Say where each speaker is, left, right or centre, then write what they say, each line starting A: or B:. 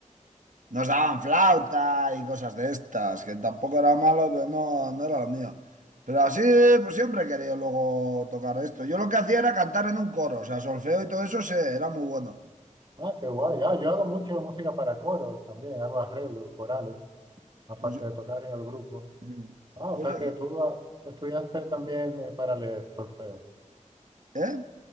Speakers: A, on the right; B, on the right.
A: nos daban flauta y cosas de estas, que tampoco era malo, pero no, no era lo mío. Pero así, pues siempre he querido luego tocar esto. Yo lo que hacía era cantar en un coro, o sea, solfeo y todo eso, sí, era muy bueno.
B: Ah, qué guay. Ah, yo hago mucho música para coro también, hago arreglos, corales, aparte
A: Pues,
B: de tocar en el grupo.
A: mm,
B: Ah,
A: pues,
B: o sea que tú ah, estudiaste también eh, para leer solfeo.
A: ¿eh?